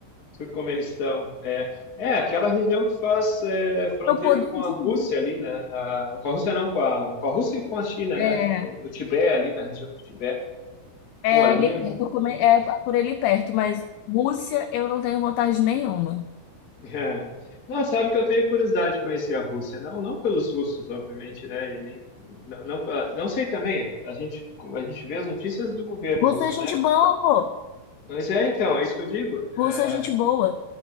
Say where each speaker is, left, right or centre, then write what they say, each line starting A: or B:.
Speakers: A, on the left; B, on the left.
A: Turcomenistão, é. É, aquela região que faz é, fronteira
B: Eu poder
A: com
B: dizer.
A: a Rússia ali, né? Na, com a Rússia não, com a, com a Rússia e com a China,
B: É,
A: né? No, no Tibete, ali na região do Tibete.
B: é
A: Pô, ali
B: ali
A: é
B: perto,
A: muito.
B: Turcomen- é por ali perto, mas Rússia eu não tenho vontade nenhuma.
A: <laughs> Não, sabe que eu tenho curiosidade de conhecer a Rússia. Não, não pelos russos, obviamente, né? E nem, não, não, pela- não sei também. A gente, a gente vê as notícias do governo
B: Rússia
A: russo,
B: é gente
A: né?
B: boa, pô.
A: Mas é, então, é isso que eu digo. É,
B: Rússia é gente boa.